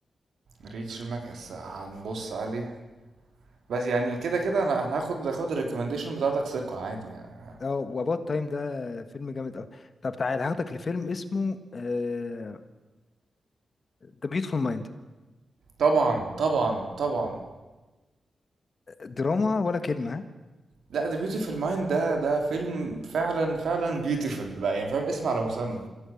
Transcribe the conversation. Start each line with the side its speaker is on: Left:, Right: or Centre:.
Right: ريتش المكس هنبص عليه بس يعني كده كده انا أنا هاخد هاخد الريكومنديشن بتاعتك ثقة عادي يعني
Left: اه واباوت تايم ده فيلم جامد قوي طب تعال هاخدك لفيلم اسمه ذا بيوتفول مايند
Right: طبعا طبعا طبعا
Left: دراما ولا كلمه ها؟
Right: لا ده بيوتيفل مايند ده ده فيلم فعلا فعلا بيوتيفل بقى يعني فاهم اسم على مسمى